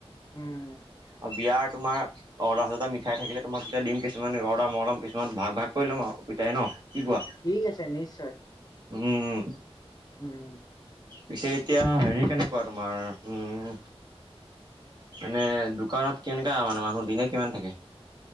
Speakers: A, on the left (about 40°); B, on the right (about 40°).
A: উম
B: অ, বিয়াৰ তুমাৰ অৰ্ডাৰ চৰ্দাৰ মিঠাই থাকিলে তোমাক তেতিয়া দিম কিছুমান অৰ্ডাৰ মইয় লম <unintelligible> ভাগ-ভাগ কৰি ল'ম আৰু পিতাই ন' কি কোৱা?
A: ঠিক আছে নিশ্চয়।
B: উম, উম।
A: উম,
B: পিছে এতিয়া হেৰি কেনেকুৱা তোমাৰ উম মানে দোকানত কেনেকা মানে মানুহ, মানুহ দিনে কিমান থাকে?